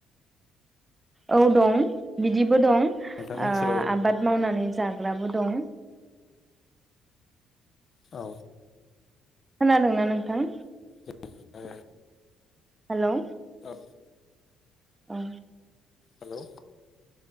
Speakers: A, on the right; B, on the left.
A: औ दं बिदिबो दं ओ
B: नोंथांनि ओनसोलाव
A: आबाद मावनानै जाग्राबो दं।
B: औ
A: खोनादोंना नोंथां
B: <unintelligible>
A: हेलौ
B: औ
A: औ
B: हेलौ